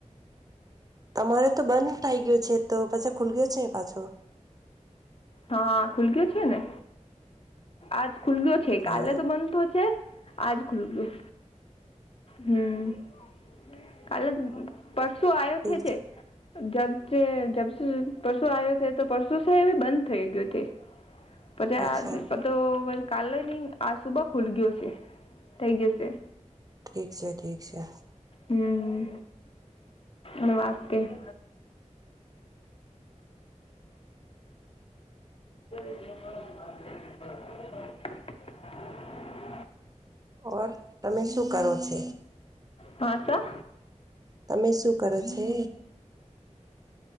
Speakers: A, on the right (about 30°); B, on the left (about 50°).
A: તમારે તો બંધ થઇ ગયો છે તો પછી ખુલ ગયો છે પાછો.
B: હા ખુલ ગયો છે ને આજ ખુલ ગયો છે
A: હા
B: કાલે તો બંધ તો છે. આજ ખુલ ગું હમ્મ કલે જ પર પરસો આયો
A: ઠીક
B: થે તે જબ
A: છે
B: જબ પરસુ આયો તો પરસુ સે બંધ થય ગયો તે. પછી
A: અચ્છા
B: આજ
A: ઠીક
B: તો બધ કાલે ની આજ સુુબા ખુલ ગયો છે. થઈ ગયો છે
A: ઠીક છે ઠીક છે.
B: હમ્મ, ન વસ્તે. <inaudible> <inaudible>
A: ઓર તમે શું કરો છે?
B: હા સર
A: તમે શું કરો છે?